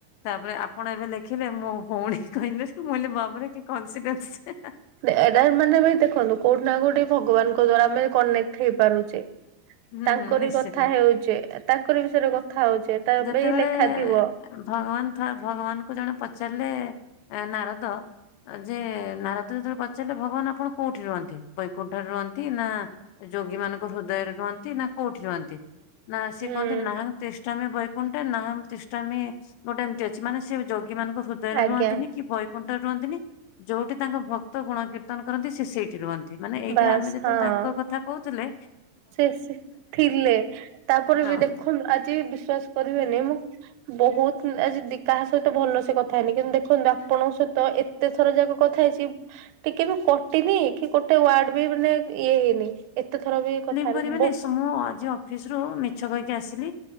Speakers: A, on the left; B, on the right.
A: ତା'ପରେ ଆପଣ ଏବେ ଦେଖିଲେ ମୋ ଭଉଣୀ କହିଲେ ମୁଁ କହିଲି ବାବରେ କି କନସିଣ୍ଡେଶ
B: ଏଟା ମାନେ ବି ଦେଖନ୍ତୁ କୋଉଠି ନା କୋଉଠି ଭଗବାନଙ୍କ ଦ୍ଵାରା ଆମେ କନେକ୍ଟ ଉଠେଇ ପାରୁଛେ
A: ହୁଁ
B: ତାଙ୍କରି
A: ହୁଁ ନିଶ୍ଚିତ।
B: କଥା ହେଉଛେ ତାଙ୍କରି ବିଷୟରେ କଥା ହଉଚେ। ତା'ବେଇ
A: ଯେତେବେଳେ
B: ଲେଖା ଥିବ।
A: ଭଗବାନ ଥ-ଭଗବାନ କୁ ଜଣେ ପଚାରିଲେ ଏ ନାରଦ ଯେ ନାରଦ ଯେତ---ଳେ ପଚାର୍ଲେ ଭଗବାନ୍‌ ଆପଣ କଉଠି ରୁହନ୍ତି? ବୈକୁଣ୍ଠ ରେ ରୁହନ୍ତି ନା ଯୋଗୀ ମାନଙ୍କ ହୃଦୟରେ ରୁଅନ୍ତି, ନା କଉଠି ରୁଅନ୍ତି? ନା ସିଏ
B: ହୁଁ
A: କହନ୍ତି ନାହାଂ ତିଷ୍ଟମୀ ବୈକୁଣ୍ଠ ନାହାମ୍ ତିଷ୍ଟାମି ଗୋଟେ ଏମ୍ତି ଅଛି, ମାନେ ସିଏ ଯୋଗୀ ମାନଙ୍କ ହୃଦୟରେ
B: ଆଜ୍ଞା
A: ରୁହନ୍ତିନି। କି ବୈକୁଣ୍ଠରେ ରୁହନ୍ତିନି, ଯଉଠି ତାଙ୍କ ଭକ୍ତ ଗୁଣ କୀର୍ତ୍ତନ କରନ୍ତି ସେଇଠି ରୁହ ମାନେ ଏଇଟା
B: ବାସ୍
A: ଆମେ ଯେତ--ଳେ
B: ହଁ।
A: ତାଙ୍କ କଥା କହୁଥୁଲେ।
B: ସେ ସେ ଥିଲେ, ତା'ପରେ
A: ହଁ।
B: ବି ଦେଖ ଆଜି ବିଶ୍ଵାସ୍ କରିବେନି ମୁଁ ବହୁତ ଆଜି କାହା ସହିତ ଭଲ ସେ କଥା ହେଇନି କିନ୍ତୁ ଦେଖନ୍ତୁ ଆପଣଙ୍କ ସହିତ ଯେତେଥର ଯାକ କଥା ହେଇଛି ଟିକେ ବି କଟିନି କି ଗୋଟେ ୱାର୍ଡ ବି ମାନେ ଇଏ ହେଇନି। ଏତେ ଥର ବି କଥା ହେଲି
A: ସ କରିବେନି
B: ବୋ
A: ସ ମୁଁ ଆଜି ଅଫିସ ରୁ ମିଛ କହିକି ଆସିଲି